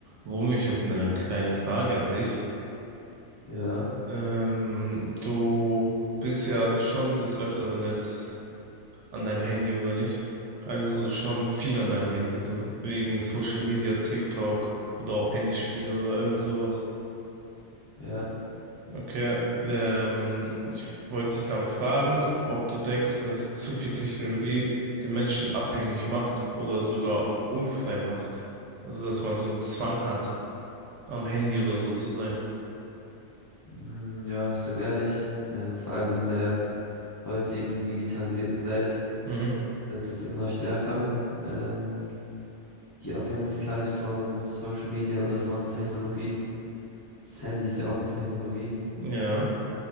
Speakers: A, on the right; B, on the left.
A: Romeo, ich hätte eine kleine Frage an dich.
B: Ja,
A: Ähm, du bist ja schon des Öfteren jetzt an deinem Handy, oder nicht? Also so schon viel an deinem Handy, so wegen Social Media, TikTok oder auch Handyspiele oder irgendwie sowas.
B: ja,
A: Okay, ähm, ich wollte dich dann fragen, ob du denkst, dass zu viel Technologie den Menschen abhängig macht oder sogar unfrei macht. Also, dass man so einen Zwang hat, am Handy oder so zu sein.
B: mm, ja, ich sag ehrlich, ähm, vor allem in der heutigen digitalisierten Welt
A: Mhm.
B: wird es immer stärker, ähm, die Abhängigkeit von Social Media oder von Technologien. Das Handy ist ja auch eine Technologie.
A: Ja.